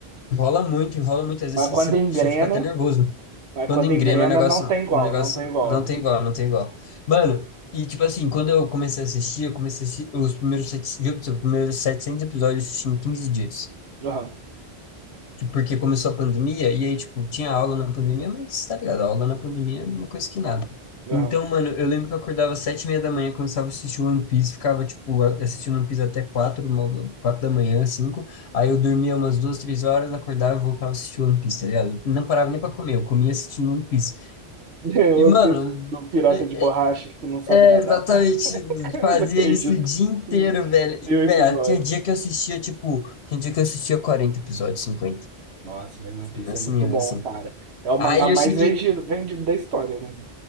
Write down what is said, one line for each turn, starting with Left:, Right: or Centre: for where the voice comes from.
Left: enrola muito, enrola muito, às vezes
Right: Mas quando
Left: você,
Right: engrena,
Left: você fica até nervoso.
Right: mas
Left: Quando
Right: quando
Left: engrena
Right: engrena,
Left: o negócio,
Right: não tem
Left: o
Right: igual,
Left: negócio
Right: não tem igual,
Left: não tem
Right: velho.
Left: igual, não tem igual. Mano, e tipo assim, quando eu comecei a assistir, eu comecei a assistir os primeiros, sete- viu, os primeiros 700 episódios eu assisti em 15 dias.
Right: Aham,
Left: Tipo, Porque começou a pandemia, e aí, tipo, tinha aula na pandemia, mas tá ligado, aula na pandemia é uma coisa que nada.
Right: aham.
Left: Então, mano, eu lembro que eu acordava às sete e meia da manhã, começava a assistir One Piece, ficava, tipo, a- assistindo One Piece até quatro, uma- quatro da manhã, cinco, aí eu dormia umas duas, três horas, acordava e voltava a assistir One Piece, tá ligado? Não parava nem pra comer, eu comia assistindo One Piece.
Right: <laughs> O
Left: E, mano,
Right: One Piece, o pirata
Left: é,
Right: de borracha que não sabe
Left: é,
Right: nadar.
Left: exatamente.
Right: <laughs> Não
Left: Fazia
Right: acredito.
Left: isso o dia inteiro,
Right: Mil
Left: velho. E, velho,
Right: episódios.
Left: tinha dia que eu assistia, tipo, tinha dia que eu assistia quarenta episódios, cinquenta
Right: Nossa, mas One Piece
Left: Nesse
Right: é muito
Left: nível,
Right: bom,
Left: assim.
Right: cara. É o mangá
Left: Aí eu
Right: mais
Left: cheguei,
Right: vendido, vendido da história, né?